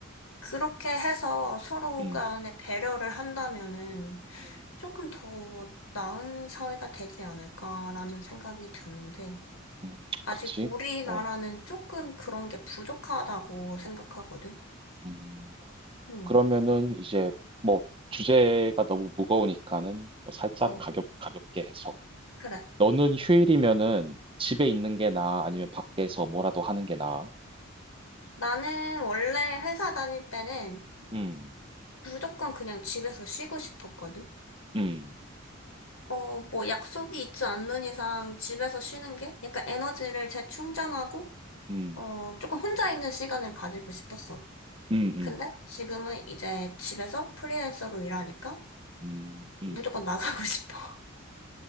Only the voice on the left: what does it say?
그렇게 해서 서로
간에 배려를 한다면은,
조금 더 나은 사회가 되지 않을까라는 생각이 드는데,
아직
우리나라는
조금 그런 게 부족하다고 생각하거든.
응,
어,
그래.
나는 원래 회사 다닐 때는
무조건 그냥 집에서 쉬고 싶었거든.
어, 뭐 약속이 있지 않는 이상 집에서 쉬는 게 약간 에너지를 재충전하고,
어, 조금 혼자 있는 시간을 가지고 싶었어.
근데 지금은 이제 집에서 프리랜서로 일하니까
무조건 나가고 <laughs> 싶어.